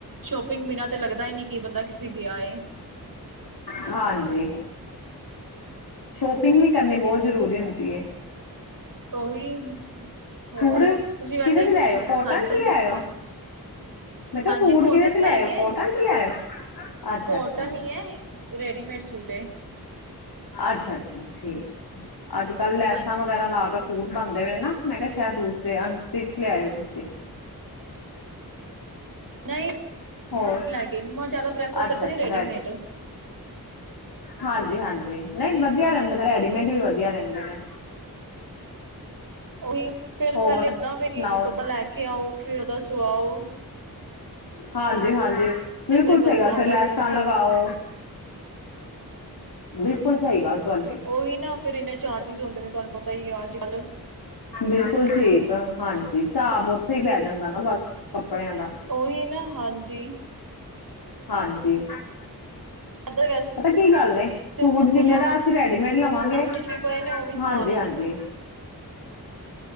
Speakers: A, on the right; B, on the left.
A: ਸ਼ੋਪਿੰਗ ਬਿਨਾਂ ਤੇ ਲੱਗਦਾ ਹੀ ਨਹੀਂ ਕੀ ਬੰਦਾ ਕਿੱਥੇ ਗਿਆ ਏ।
B: ਹਾਂਜੀ ਸ਼ੋਪਿੰਗ ਵੀ ਕਰਨੀ ਬਹੁਤ ਜ਼ਰੂਰੀ ਹੁੰਦੀ ਏ।
A: ਉਹੀ ਹੋਰ,
B: ਸੂਟ
A: ਤੁਸੀਂ ਵੈਸੇ,
B: ਕਿਹਦੇ ਚ ਲਿਆਇਓ ਕੋਟਨ
A: ਹਾਂਜੀ।
B: ਚ ਲਿਆਇਓ ਮੈਂ ਕਿਹਾ
A: ਹਾਂਜੀ
B: ਸੂਟ
A: ਕੋਟਨ
B: ਕਿਹਦੇ ਚ ਲਿਆਇਓ
A: ਦਾ ਹੀ ਹੈ,
B: ਕੋਟਨ ਚ ਲਿਆਇਓ ਅੱਛਾ
A: ਕੋਟਨ
B: ਅੱਛਾ
A: ਹੀ ਹੈ। ਰੈਡੀਮੇਡ ਸੂਟ ਹੈ
B: ਅੱਛਾ ਅੱਛਾ ਠੀਕ, ਅੱਜ ਕੱਲ ਲੈਸਾਂ
A: ਹਾਂਜੀ
B: ਵਗੈਰਾ ਲਾ ਕੇ ਸੂਟ ਬਣਦੇ ਵੇ ਨਾ, ਮੈਂ ਕਿਹਾ ਸ਼ਾਇਦ ਅਨਸਟਿਚ ਲਿਆਯੋ ਤੁਸੀਂ।
A: ਨਹੀਂ
B: ਹੋਰ
A: ਲੈ ਕੇ, ਨੂਯਾ ਜ਼ਿਆਦਾ ਪ੍ਰੈਫਰ
B: ਅੱਛਾ
A: ਕਰਦੇ
B: ਅੱਛਾ
A: ਨੇ ਰੈਡੀਮੇਡ
B: ਹਾਂਜੀ ਹਾਂਜੀ ਨਹੀਂ ਵਧੀਆ ਰਹਿੰਦੇ ਨੇ, ਰੈਡੀਮੇਡ ਵੀ ਵਧੀਆ ਰਹਿੰਦੇ ਨੇ।
A: ਉਓਹੀ ਫੇਰ
B: ਹੋਰ
A: ਪਹਿਲੇ ਏਦਾਂ
B: ਸੁਣਾਓ
A: ਵ ਕੱਪੜਾ ਲੈ ਕੇ ਆਓ, ਫਿਰ ਔ ਦਾ ਸੁਆਯੋ।
B: ਹਾਂਜੀ ਹਾਂਜੀ ਬਿਲਕੁਲ
A: ਜਾਂਦਾ
B: ਸਹੀ
A: ਕਦੀ
B: ਗੱਲ,
A: ਆਪਣਾ
B: ਫਿਰ ਲੈਸਾਂ
A: ਜ਼ਰੂਰੀ
B: ਲਗਾਓ। ਬਿਲਕੁਲ ਸਹੀ ਗੱਲ ਤੁਹਾਡੀ
A: ਉਹੀ ਨਾ ਫਿਰ ਇਨਾਂ ਚਾਰਜਿਸ ਹੁੰਦੇ ਨੇ, ਤੁਹਾਨੂੰ ਪਤਾ ਹੀ ਆ ਅੱਜ ਕੱਲ੍ਹ।
B: ਬਿਲਕੁਲ ਠੀਕ ਆ ਹਾਂਜੀ, ਹਿਸਾਬ ਉਥੇ ਹੀ ਪੈ ਜਾਂਦਾ, ਨਾ ਬਸ ਕੱਪੜਿਆਂ ਦਾ।
A: ਉਹੀ ਨਾ ਹਾਂਜੀ
B: ਹਾਂਜੀ
A: ਏ ਦਾ ਵੈਸੇ
B: ਪਤਾ ਕੀ ਗੱਲ ਨੇ, ਸੂਟ
A: ਮੰਮਾ
B: ਜਿੰਨੇ
A: ਕੋਲ
B: ਦਾ ਅਸੀਂ ਰੈਡੀਮੇਡ ਲਵਾਂਗੇ,
A: ਅਨਸਟਿਚ ਵੀ ਪਏ ਨੇ ਉਹ ਵੀ ਸਵਾਣੇ
B: ਹਾਂਜੀ ਹਾਂਜੀ
A: ਨੇ